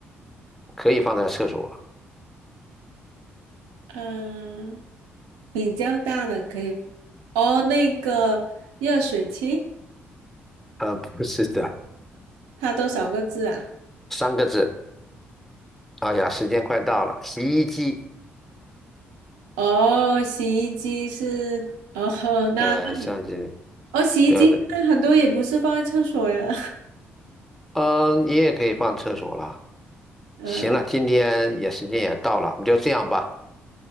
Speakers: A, in the centre; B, on the right.
A: 可以放在厕所。
B: 嗯，比较大的可以，哦，那个热水器。
A: 啊，不是的，
B: 它多少个字啊？
A: 三个字。哎呀，时间快到了，洗衣机。
B: 哦，洗衣机是哦，那那
A: 对，相机，
B: 哦，洗衣机那很多也不是放在厕所呀，
A: 对对。嗯，你也可以放厕所了。
B: <laughs> 嗯、
A: 行了，今天也时间也到了，我们就这样吧，